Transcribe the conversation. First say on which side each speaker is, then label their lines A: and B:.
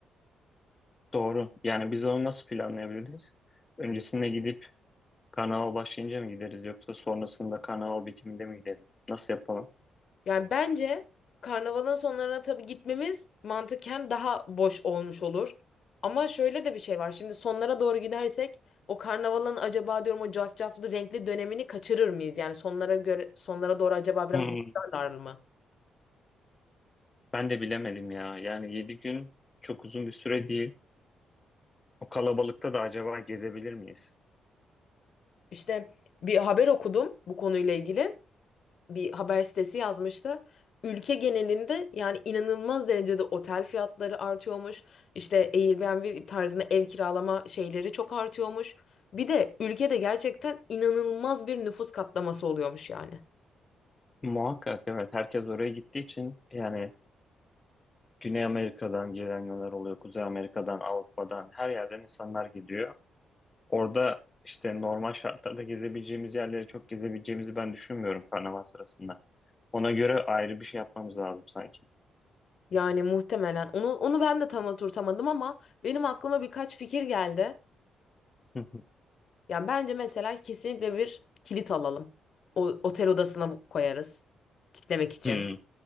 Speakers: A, on the left; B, on the left.
A: Doğru. Yani biz onu nasıl planlayabiliriz? Öncesinde gidip Karnaval başlayınca mı gideriz yoksa sonrasında karnaval bitiminde mi gidelim? Nasıl yapalım?
B: Yani bence karnavalın sonlarına tabii gitmemiz mantıken daha boş olmuş olur. Ama şöyle de bir şey var. Şimdi sonlara doğru gidersek o karnavalın acaba diyorum o cafcaflı renkli dönemini kaçırır mıyız? Yani sonlara göre sonlara doğru acaba biraz
A: Hmm,
B: boşlarlar mı?
A: ben de bilemedim ya. Yani 7 gün çok uzun bir süre değil. O kalabalıkta da acaba gezebilir miyiz?
B: İşte bir haber okudum bu konuyla ilgili. bir haber sitesi yazmıştı. Ülke genelinde yani inanılmaz derecede otel fiyatları artıyormuş. İşte Airbnb tarzında ev kiralama şeyleri çok artıyormuş. Bir de ülkede gerçekten inanılmaz bir nüfus katlaması oluyormuş yani.
A: Muhakkak evet. Herkes oraya gittiği için yani Güney Amerika'dan gelenler oluyor. Kuzey Amerika'dan, Avrupa'dan her yerden insanlar geliyor. Orada işte normal şartlarda gezebileceğimiz yerleri çok gezebileceğimizi ben düşünmüyorum karnaval sırasında. Ona göre ayrı bir şey yapmamız lazım sanki.
B: Yani muhtemelen onu onu ben de tam oturtamadım ama benim aklıma birkaç fikir geldi.
A: <laughs>
B: Yani bence mesela kesinlikle bir kilit alalım. O otel odasına bu- koyarız kitlemek için.
A: Hmm.